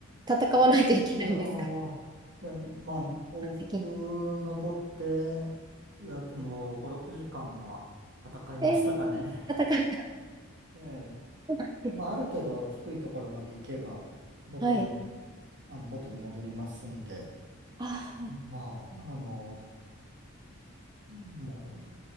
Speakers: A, on the right; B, on the right.
A: 戦わないといけないんですか
B: あ、いやー、いや、まあ、往復登って、
A: 時間的に。
B: いや、でも5、6時間は戦いましたかね。
A: えー、戦った。
B: <laughs> ええ
A: <laughs>
B: まあ、ある程度低いところまで行けば、戻る、
A: はい。
B: あの、元に戻りますんで、
A: ああ、
B: まあ、あの、も